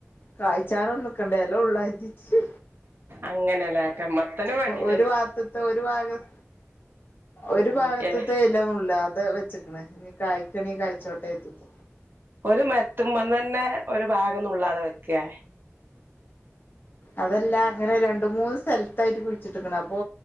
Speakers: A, on the left; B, on the right.
A: കായ്ചാനോന്ന്ക്കണ്ടെ എല നുള്ളനായിട്ട്.
B: അങ്ങനെല്ലക്കെ മത്തന് വേണ്ടി
A: ഒരു ബാത്ത്തെ ഒരു ഭാഗം ഒരു
B: ഉം
A: ഭാഗത്ത്തെ
B: എല
A: എലനുള്ളാതെ വെച്ച്ക്ക്‌ണ് ഇനി കായ്ക്കണീ കായിച്ചോട്ടെച്ചിട്ട്.
B: ഒരു മരത്തുമന്നന്നെ ഒരു ഭാഗംനുള്ളാതെ വക്കേ?
A: അതല്ല അങ്ങനെ രണ്ട് മൂന്ന് സ്ഥലത്തായിട്ട് കുഴിച്ചിട്ടിക്കണ് അപ്പൊ